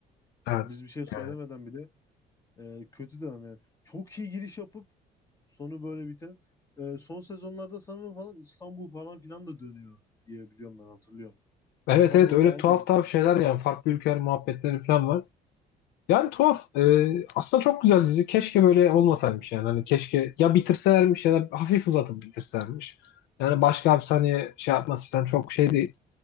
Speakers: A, on the left; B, on the left.
A: evet.
B: Biz bir şey söylemeden
A: Yani.
B: bile E, kötü demem yani. Çok iyi giriş yapıp sonu böyle biten. E, son sezonlarda sanırım falan İstanbul falan filan da dönüyor diye biliyorum ben hatırlıyorum.
A: Evet
B: İstanbul'a
A: evet öyle
B: falan
A: tuhaf
B: da gidiyorlar.
A: tuhaf şeyler yani farklı ülkeler muhabbetleri falan var. Yani tuhaf. Ee, aslında çok güzel dizi. Keşke böyle olmasaymış yani. Hani keşke ya bitirselermiş ya da hafif uzatıp bitirselermiş. Yani başka hapishaneye şey yapması falan çok şey değil.